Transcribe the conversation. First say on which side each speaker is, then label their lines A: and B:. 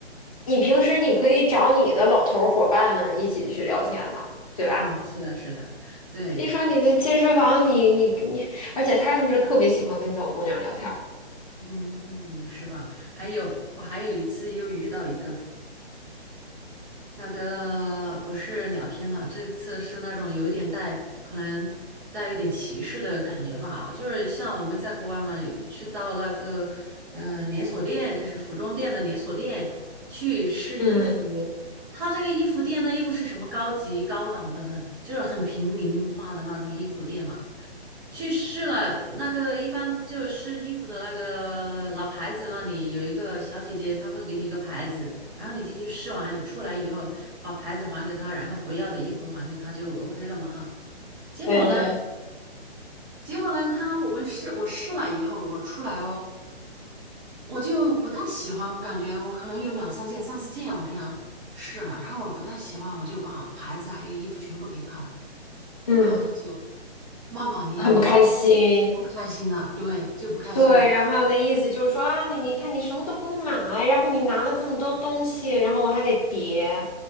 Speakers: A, on the left; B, on the right.
A: 你平时你可以找你的老头儿伙伴们一起去聊天嘛，对吧？
B: 啊，是的，是的，对，
A: 一说你的健身房，你你你，而且他就是特别喜欢跟小姑娘聊天儿
B: 嗯，是吧？还有，我还有一次又遇到一个。那个不是聊天的，这次是那种有一点带，可能带有点歧视的感觉吧。就是像我们在国外嘛，去到那个嗯、呃连锁店，就是服装店的连锁店去试衣服，
A: 嗯，
B: 他这个衣服店呢又不是什么高级高档的很，就是很平民化的那种衣服店嘛。去试了，那个一般就试衣服的那个老牌子那里有一个小姐姐，她会给你一个牌子，然后你进去试完出来以后，把牌子还给她，然后不要的衣服还给她就 OK 了嘛哈。结果呢，
A: 对对，
B: 结果呢，她我们试我试了以后，我出来哦，我就不太喜欢，我感觉我可能有两三件、三四件我这样试了，然后我不太喜欢，我就把牌子还有衣服全部给她了，
A: 嗯，
B: 然后她就骂骂咧咧的，
A: 很不开心。
B: 不开心了，对，就不开心了。
A: 对，然后那意思就是说啊，你你看你什么都不买，然后你拿了这么多东西，然后我还得叠。